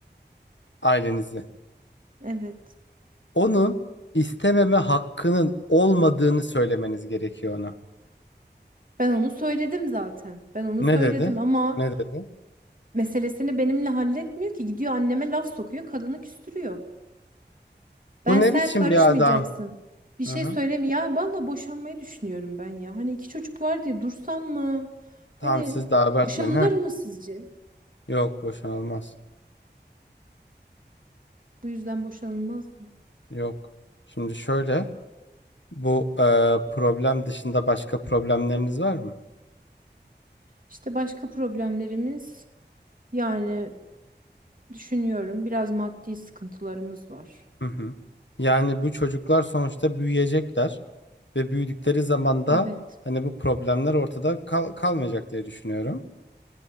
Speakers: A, on the left (about 85°); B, on the right (about 50°).
A: ailenizi.
B: Evet.
A: Onun istememe hakkının olmadığını söylemeniz gerekiyor ona.
B: Ben onu söyledim zaten. Ben onu
A: Ne
B: söyledim
A: dedi?
B: ama
A: Ne dedi?
B: meselesini benimle halletmiyor ki. Gidiyor anneme laf sokuyor, kadını küstürüyor.
A: Bu
B: Ben
A: ne
B: sen
A: biçim
B: karışmayacaksın.
A: bir adam?
B: Bir şey
A: Hı hı.
B: söyleme ya. Valla boşanmayı düşünüyorum ben ya. Hani iki çocuk var diye dursam mı? Hani
A: Tamam siz de abartmayın
B: boşanılır
A: ha.
B: mı sizce?
A: Yok boşanılmaz.
B: Bu yüzden boşanılmaz mı?
A: Yok. Şimdi şöyle bu e, problem dışında başka problemleriniz var mı?
B: İşte başka problemlerimiz yani düşünüyorum biraz maddi sıkıntılarımız var.
A: Hı hı. Yani bu çocuklar sonuçta büyüyecekler ve büyüdükleri zaman da
B: Evet.
A: hani bu problemler ortada kal- kalmayacak diye düşünüyorum.